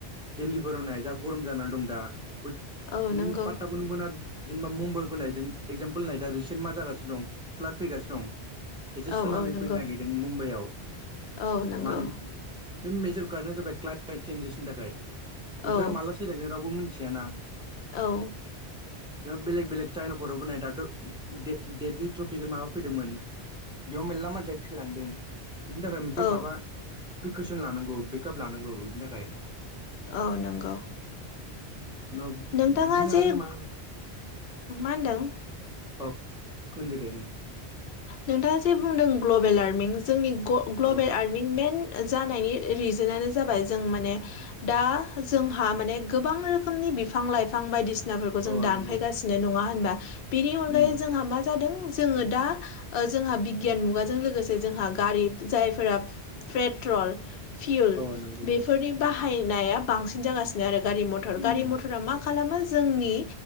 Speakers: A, in the centre; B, on the left.
A: दिल्लीफोराव नाय जा गरम जानानै दं दा <unintelligible>
B: औ नंगौ
A: गुबुनमोना जेनेबा मुम्बखौ नायदों एक्जामपोल नाय दा रिसेन्ट मा जागासिनो दं फ्लाद फैगासिनो दं एसे
B: औ
A: सुनामि
B: औ नंगौ
A: फैनो नागिरदों मुम्बाइआव
B: औ नंगौ
A: मा होनो बे मेजर कारटआ जाबाय क्लाइमेट चेन्जेसनि थाखाय बोथोरा
B: औ
A: माला सोलायगोन रावबो मिथियाना
B: औ
A: बेलेग बेलेग चाइनफोरावबो नाय दाथ' देडलि ट्रफिखौ माबा फैदोंमोन बेयाव मेरला मानसिया थैलांदों बिनि थाखाय मोनसे
B: औ
A: माबा प्रिकसन लानांगौ बेकआप लानांगौ बिनि थाखाय
B: औ नंगौ
A: उनाव
B: नोंथाङा
A: बिदिनो
B: जे
A: आरो मा
B: होनदों
A: <unintelligible>
B: नोंथाङा जे बुंदों ग्लबेल वार्मिं जोंनि ग्लबेल
A: अ
B: वार्मिं मेन जानायनि रिजोनानो जाबाय जों माने दा जोंहा माने गोबां रोखोमनि बिफां लाइफां बायदिसिना सिनाफोरखौ
A: अ
B: जों दानफायगासिनो
A: नंगौ
B: नङा होनबा बेनि अनगायै
A: उम
B: जोंहा मा जादों जोङो दा जोंहा बिगियान मुगाजों लोगोसे जोंहा गारि जायफोरा पेट्रल फिउल
A: अ नंगौ
B: बेफोरनि बाहायनाया बांसिन जागासिनो आरो गारि मथर
A: उम
B: गारि मथरा मा मा खालामो जोंनि